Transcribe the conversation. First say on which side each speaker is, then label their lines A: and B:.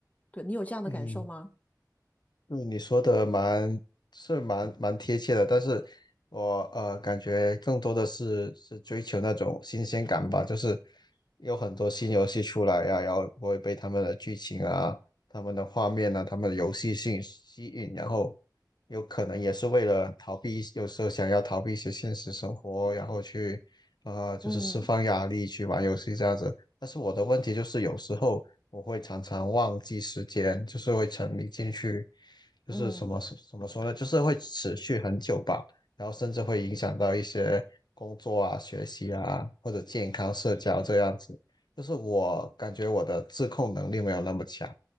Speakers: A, on the left; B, on the left.
A: 对，你有这样的感受吗？
B: 嗯，对你说的蛮是蛮蛮贴切的，但是我呃感觉更多的是是追求那种新鲜感吧，就是有很多新游戏出来呀、然后我会被他们的剧情啊、他们的画面啊、他们的游戏性吸引，然后有可能也是为了逃避一有时候想要逃避一些现实生活，然后去呃就是释放压力去玩游戏这样子。
A: 嗯
B: 但是我的问题就是有时候我会常常忘记时间，就是会沉迷进去。就是什么怎么说呢？
A: 嗯
B: 就是会持续很久吧，然后甚至会影响到一些工作啊、学习啊，或者健康、社交这样子。就是我感觉我的自控能力没有那么强，